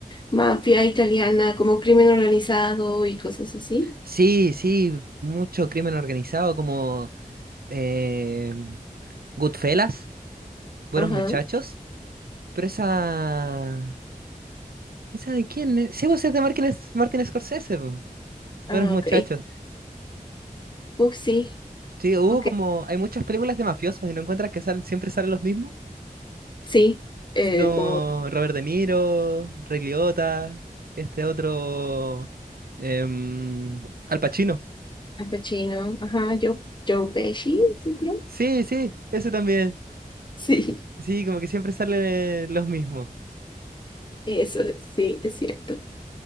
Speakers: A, on the left; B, on the right.
A: mafia italiana, como crimen organizado y cosas así.
B: Sí, sí, mucho crimen organizado como eh, Goodfellas, Buenos
A: Ajá.
B: Muchachos, pero esa... ¿Esa de quién? es? Sí, vos es de Martin, Martin Scorsese, po,
A: Ah,
B: Buenos Muchachos.
A: ok. Uf, sí.
B: Sí, hubo
A: Ok.
B: como... Hay muchas películas de mafiosos y no encuentras que salen, siempre salen los mismos,
A: Sí. Eh,
B: así como
A: como.
B: Robert De Niro, Ray Liotta, este otro... em, Al Pacino.
A: Al Pacino, ajá, Joe, Joe Pesci, ¿es el otro?
B: Sí, sí, eso también.
A: Sí.
B: Sí, como que siempre salen los mismos.
A: Eso, es, sí, es cierto.